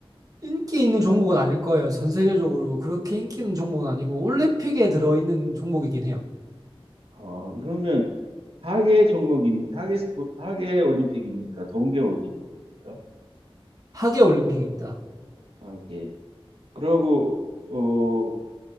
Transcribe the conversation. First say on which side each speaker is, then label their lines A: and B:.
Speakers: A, on the right; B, on the right.
A: 인기 있는 종목은 아닐 거예요. 전 세계적으로 그렇게 인기 있는 종목은 아니고 올림픽에 들어있는 종목이긴 해요.
B: 아, 그러면 하계 종목입 하계 스포 하계 올림픽입니까? 동계 올림픽입니까?
A: 하계 올림픽입니다.
B: 하계 그러고 어